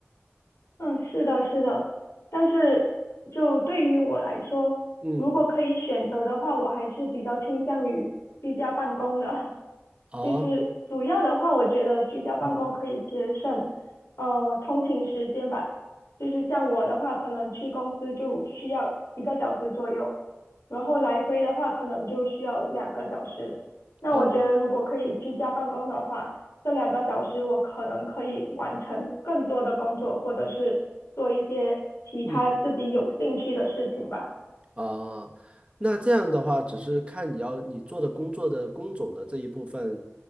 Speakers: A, on the left; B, on the right.
A: 嗯，是的，是的，但是就对于我来说，
B: 嗯，
A: 如果可以选择的话，我还是比较倾向于居家办公的。<laughs>
B: 好，
A: 就是主要的话，我觉得居家办公可以节省，
B: 嗯，
A: 呃，通勤时间吧。就是像我的话，可能去公司就需要一个小时左右，然后来回的话可能就需要两个小时。那我觉得如果可以居家办公的话，
B: 啊，
A: 这两个小时我可能可以完成更多的工作，或者是做一些其他自己有兴趣的事情吧。
B: 嗯。啊，那这样的话，只是看你要你做的工作的工种的这一部分，